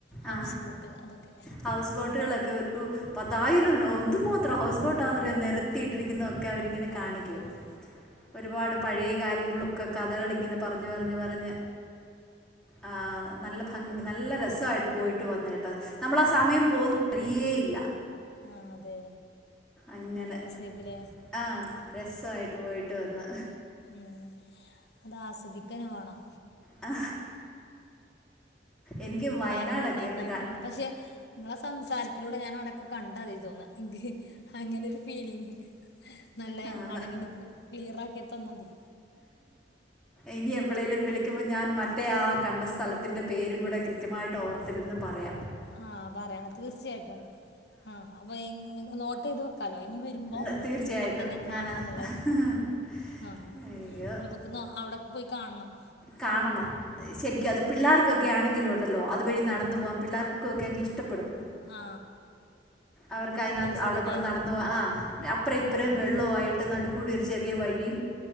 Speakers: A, on the left (about 65°); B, in the centre.
A: ഹൗസ്
B: ആ
A: ബോട്ട് അതൊക്കെ
B: ഹൗസ് ബോട്ടുകളൊക്ക ഒരു പത്തായിരം എന്തു മാത്രം ഹൗസ് ബോട്ടാന്നറിയോ നേരത്തിയിട്ടിരിക്കുന്ന ക്ക അവരിങ്ങനെ
A: ആ ആ
B: കാണിക്കും ഒരുപാട് പഴയ കാര്യങ്ങളും ക്ക് കഥകള് ഇങനെ പറഞ് പറഞ്ഞ് പറഞ്ഞ് ആ നല്ല ഭം നല്ല രസായിട്ട് പോയിട്ട് വന്നു കേട്ടാ നമ്മളാ സമയം പോവുന്ന അറിയേയില്ല
A: ആ അതെ
B: അങ്ങനെ
A: നല്ല രസേരിക്കും ലെ
B: ആ രസായിട്ട് പോയിട്ട് വന്ന്
A: ഉം അത് ആസ്വദിക്കെന്നെ വാണം
B: ആ എനിക്ക് വയനാടൊക്കെ
A: പർയ്നേ
B: ഒന്ന്
A: കാട്ടിലും
B: ക-
A: പക്ഷെ ങ്ങളെ സംസാരത്തിലൂടെ ഞാൻ അവടൊക്കെ കണ്ടാതി തോന്നാ ഇൻക്ക് അങ്ങനെ ഒരു ഫീലിങ് നല്ലെ
B: ആ, ന-
A: ആള്കള് ക്ലിയറാക്കി തന്നതിൽ
B: ഇനി എപ്പളേലും വിളിക്കുമ്പോ ഞാൻ മറ്റ മറ്റേ ആ കണ്ട സ്ഥലത്തിൻ്റെ പേരും കൂടെ കൃത്യമായിട്ട് ഓർത്തിരുന്ന് പറയാ
A: ആ പറയണം തീർച്ചയായിട്ടും ആ അപ്പൊ നോട്ടെയ്ത് വെക്ക സ്ഥലം ഇനി വെരുമ്പോ
B: ന- തീർച്ചയായിട്ടും
A: അവടെന്നെ കാണ്ണം
B: ഞാൻ
A: ന്ന്ള്ളത് ആ
B: അയ്യോ
A: നമ്മക്ക് നോ അവടൊക്കെ പോയി കാണ്ണം
B: കാണണം ശെരിക്കും അത് പിള്ളേർക്കൊ ക്ക്യാണെങ്കിലുണ്ടല്ലോ അതുവഴി നടന്ന് പോവാൻ പിള്ളാർക്കൊക്കങ് ഇഷ്ടപ്പെടും
A: ആ
B: അവർക്ക് അയ്നാത്ത്
A: മക്കളസിനില്ലേ
B: അവടെ കൂടെ നടന്ന് പോവാൻ ആ അപ്പറ ഇപ്പറേ
A: ആ
B: വെള്ളവായി ന്റെ നടുക്കൂടെ ഒരു ചെറിയ വഴിം